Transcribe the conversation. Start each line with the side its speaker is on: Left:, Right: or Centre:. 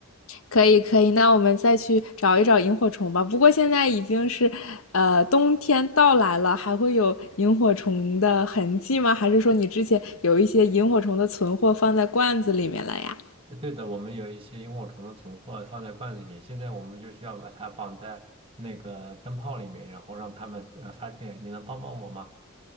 Left: 可以，可以。那我们再去找一找萤火虫吧。不过现在已经是，呃，冬天到来了，还会有萤火虫的痕迹吗？还是说你之前有一些萤火虫的存货放在罐子里面了呀？
Right: 呃对的，我们有一些萤火虫的存货放在罐子里，现在我们就需要把它绑在那个灯泡里面，然后让它们呃发电。你能帮帮我吗？